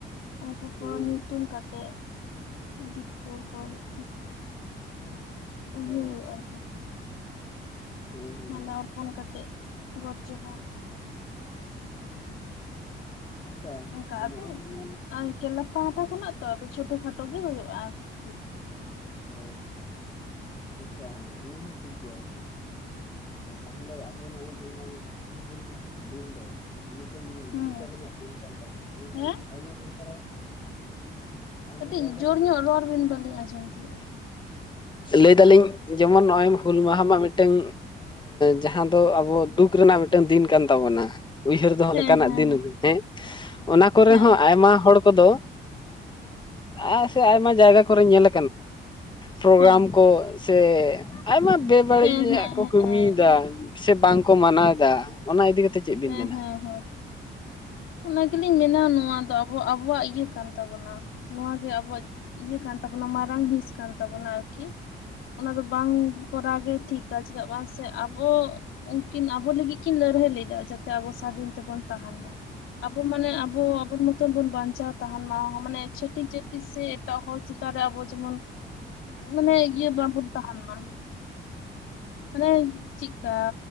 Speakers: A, on the left; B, on the left.
A: ᱩᱱᱠᱩ ᱠᱚ
B: ᱦᱮᱸ
A: ᱧᱩᱛᱩᱢ ᱠᱟᱛᱮᱫ ᱡᱤᱛᱠᱟᱹᱨ ᱠᱟᱛᱮᱫ ᱩᱭᱦᱟᱹᱨ
B: ᱚ
A: ᱦᱩᱭᱩᱜᱼᱟ ᱟᱨ ᱠᱤ
B: ᱦᱮᱸ ᱦᱮᱸ
A: ᱢᱟᱞᱟ ᱚᱨᱯᱚᱱ ᱠᱟᱛᱮᱫ ᱜᱚᱰ ᱡᱚᱦᱟᱨ
B: ᱟᱪᱪᱷᱟ
A: ᱚᱱᱠᱟ ᱟᱫᱚ
B: ᱱᱚᱜᱼᱚᱭ ᱡᱮᱢᱚᱱ
A: ᱠᱮᱞᱟᱵᱽ ᱯᱟᱦᱴᱟ ᱠᱷᱚᱱᱟᱜ ᱛᱚ <unintelligible> ᱠᱷᱟᱴᱚ ᱠᱷᱟᱴᱚ ᱜᱮ ᱦᱩᱭᱩᱜᱼᱟ ᱟᱨᱠᱤ᱾
B: ᱚ ᱟᱪᱪᱷᱟ ᱚᱱᱟ ᱢᱟ ᱴᱷᱤᱠ ᱜᱮᱭᱟ ᱛᱟᱦᱚᱞᱮ ᱟᱵᱚ ᱱᱚᱜᱼᱚᱭ ᱡᱮᱢᱚᱱ ᱦᱩᱞ ᱢᱟᱦᱟ ᱫᱤᱱ ᱫᱚ ᱱᱤᱛ ᱧᱩᱛᱩᱢ
A: ᱦᱩᱸ
B: ᱠᱟᱱ ᱛᱟᱵᱚᱱᱟ ᱮᱠᱷᱟᱱ
A: ᱦᱮᱸ
B: ᱟᱭᱢᱟ ᱡᱟᱭᱜᱟ ᱨᱮ ᱟᱭᱢᱟ
A: ᱠᱟᱹᱴᱤᱡ
B: ᱡᱟᱭᱜᱟ
A: ᱡᱳᱨ
B: ᱨᱮ ᱧᱮᱞ
A: ᱧᱚᱜ ᱨᱚᱲ ᱵᱮᱱ ᱵᱟᱹᱞᱤᱧ ᱟᱸᱡᱚᱢ ᱫᱟ
B: ᱞᱟᱹᱭᱫᱟᱞᱤᱧ ᱡᱮᱢᱚᱱ ᱱᱚᱜᱼᱚᱭ ᱦᱩᱞ ᱢᱟᱦᱟ ᱢᱟ ᱢᱤᱫᱴᱟᱝ ᱡᱟᱦᱟᱸ ᱫᱚ ᱟᱵᱚ ᱫᱩ ᱫᱩᱠ ᱨᱮᱱᱟᱜ ᱢᱤᱫᱴᱟᱝ ᱫᱤᱱ ᱠᱟᱱ ᱛᱟᱵᱚᱱᱟ ᱩᱭᱦᱟᱹᱨ ᱫᱚᱦᱚ
A: ᱦᱮᱸ
B: ᱞᱮᱠᱟᱱᱟᱜ
A: ᱦᱮᱸ
B: ᱫᱤᱱ ᱦᱮᱸ ᱚᱱᱟ ᱠᱚᱨᱮ
A: ᱦᱮᱸ
B: ᱦᱚᱸ ᱟᱭᱢᱟ ᱦᱚᱲ ᱠᱚᱫᱚ ᱟᱹ ᱥᱮ ᱟᱭᱢᱟ ᱡᱟᱭᱜᱟ ᱠᱚᱨᱮ ᱧᱮᱞ ᱯᱨᱚᱜᱨᱟᱢ
A: ᱦᱮᱸ
B: ᱠᱚ ᱥᱮ ᱟᱭᱢᱟ ᱵᱮᱵᱟᱹᱲᱤᱡᱟᱜ
A: ᱦᱮᱸ ᱦᱮᱸ
B: ᱠᱚ ᱠᱟᱹᱢᱤᱭᱮᱫᱟ
A: ᱦᱮᱸ
B: ᱥᱮ ᱵᱟᱝ ᱠᱚ ᱢᱟᱱᱟᱣ ᱮᱫᱟ᱾ ᱚᱱᱟ ᱤᱫᱤ ᱠᱟᱛᱮ ᱠᱟᱛᱮᱫ ᱪᱮᱫ ᱵᱤᱱ
A: ᱦᱮᱸ
B: ᱢᱮᱱᱟ?
A: ᱦᱮᱸ ᱦᱮᱸ ᱚᱱᱟ ᱜᱮᱞᱤᱧ ᱢᱮᱱᱟ ᱱᱚᱣᱟ ᱫᱚ ᱟᱵ ᱟᱵᱚᱣᱟᱜ ᱤᱭᱟᱹ ᱠᱟᱱ ᱛᱟᱵᱚᱱᱟ ᱱᱚᱣᱟᱣᱟᱜ ᱜᱮ ᱟᱵᱚᱣᱟᱜ ᱤᱭᱟᱹ ᱠᱟᱱ ᱛᱟᱵᱚᱱᱟ ᱢᱟᱨᱟᱝ ᱦᱤᱸᱥ ᱠᱟᱱ ᱛᱟᱵᱚᱱᱟ᱾ ᱟᱨᱠᱤ ᱚᱱᱟ ᱫᱚ ᱵᱟᱝ ᱠᱚᱨᱟᱣ ᱜᱮ ᱴᱷᱤᱠᱟ ᱪᱮᱫᱟᱜ ᱵᱟᱝ ᱥᱮ ᱟᱵᱚ ᱩᱱᱠᱤᱱ ᱟᱵᱚ ᱞᱟᱹᱜᱤᱫ ᱠᱤᱱ ᱞᱟᱹᱲᱦᱟᱹᱭ ᱞᱮᱫᱟ ᱡᱟᱛᱮ ᱟᱵᱚ ᱥᱟᱫᱷᱤᱱ ᱛᱮᱵᱚᱱ ᱛᱟᱦᱮᱱ ᱢᱟ᱾ ᱟᱵᱚ ᱢᱟᱱᱮ ᱟᱵᱚ ᱟᱵᱚ ᱢᱚᱛᱚᱱ ᱵᱚᱱ ᱵᱟᱧᱪᱟᱣ ᱛᱟᱦᱮᱱ ᱢᱟ ᱢᱟᱱᱮ ᱪᱷᱟᱹᱴᱤᱠ ᱡᱟᱹᱛᱤ ᱥᱮ ᱮᱴᱟᱜ ᱦᱚᱲ ᱪᱮᱛᱟᱱ ᱨᱮ ᱟᱵᱚ ᱡᱮᱢᱚᱱ ᱢᱟᱱᱮ ᱤᱭᱟᱹ ᱵᱟᱵᱚᱱ ᱛᱟᱦᱮᱱ ᱢᱟ ᱢᱟᱱᱮ ᱪᱮᱫᱠᱟ